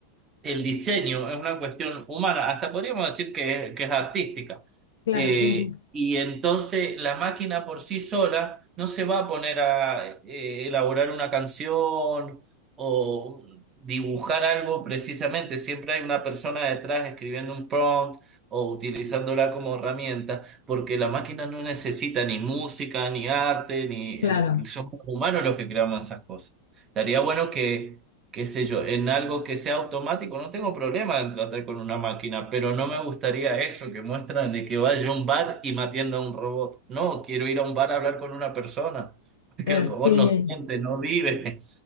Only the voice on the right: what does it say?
el diseño es una cuestión humana, hasta podríamos decir que es, que es artística.
Eh,
y entonces la máquina por sí sola no se va a poner a eh, elaborar una canción o dibujar algo precisamente. Siempre hay una persona detrás escribiendo un prompt o utilizándola como herramienta, porque la máquina no necesita ni música, ni arte, ni
eh, somos humanos los que creamos esas cosas. Estaría bueno que qué sé yo, en algo que sea automático, no tengo problema en tratar con una máquina, pero no me gustaría eso que muestran de que vaya a un bar y me atienda un robot. No, quiero ir a un bar a hablar con una persona, porque
el robot
no siente, no vive.